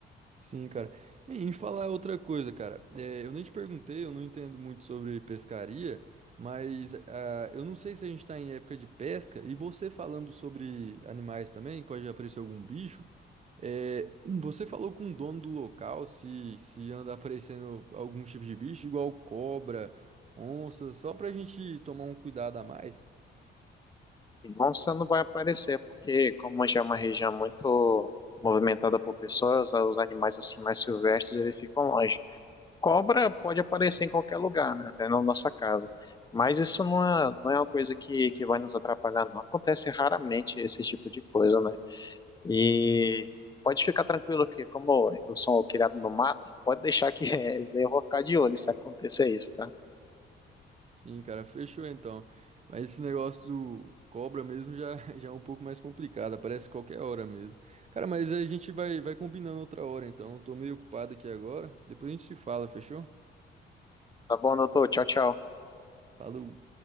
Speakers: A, on the right (about 35°); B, on the left (about 20°).
A: Sim, cara. E em falar outra coisa, cara. é, eu nem te perguntei, eu não entendo muito sobre pescaria, mas ah, eu não sei se a gente tá em época de pesca e você falando sobre animais também, que pode aparecer algum bicho. É, você falou com o dono do local se, se anda aparecendo algum tipo de bicho, igual cobra, onça, só pra gente tomar um cuidado a mais?
B: Monstro não vai aparecer, porque como já é uma região muito movimentada por pessoas, os animais assim mais silvestres, eles ficam longe. Cobra pode aparecer em qualquer lugar, né? Até na nossa casa. Mas isso não é, não é uma coisa que, que vai nos atrapalhar, não. Acontece raramente esse tipo de coisa, né? E pode ficar tranquilo que, como eu sou um criado no mato, pode deixar que <laughs> esse daí eu vou ficar de olho se acontecer isso, tá?
A: Sim, cara, fechou então. Mas esse negócio do cobra mesmo já, <laughs> já é um pouco mais complicado, aparece qualquer hora mesmo. Cara, mas a gente vai, vai combinando outra hora então. Tô meio ocupado aqui agora. Depois a gente se fala, fechou?
B: Tá bom, doutor? Tchau, tchau.
A: Falou.